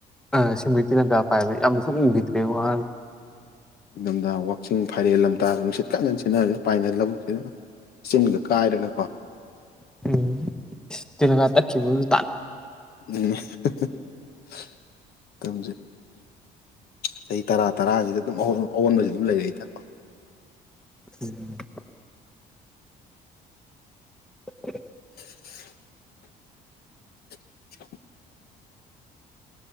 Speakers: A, in the centre; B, on the left.
A: ꯑꯁꯦꯡꯕꯩ ꯇꯦꯂꯪ ꯒꯥ ꯄꯥꯏꯕ ꯌꯥꯝꯅꯁꯨ ꯎꯈꯤꯗ꯭ꯔꯦ ꯋꯥꯍꯥꯟ
B: ꯅꯤꯡꯊꯝꯊ ꯋꯆꯤꯡ ꯐꯥꯏꯔꯦꯜ ꯂꯝꯇꯥꯗ ꯅꯨꯡꯁꯤꯠꯀꯛ ꯉꯟꯅ ꯁꯤꯖꯤꯟꯅꯔꯁꯨ ꯄꯥꯏꯅ ꯂꯧꯕꯛꯁꯤ ꯑꯗꯨ ꯆꯤꯟꯒ ꯀꯥꯏꯔꯒ ꯀꯣ
A: ꯎꯝ ꯇꯦꯂꯪꯒ ꯇꯥꯠꯈꯤꯕꯗꯨ
B: ꯎꯝ ꯃꯥꯇꯝꯖꯦ ꯆꯍꯤ ꯇꯔꯥ ꯇꯔꯥꯁꯤꯗ ꯑꯗꯨꯝ ꯑꯑꯣꯟꯕꯁꯤ ꯑꯗꯨꯝ ꯂꯩꯔꯛꯏꯗꯀꯣ
A: ꯎꯝ <unintelligible>
B: <inaudible> <unintelligible>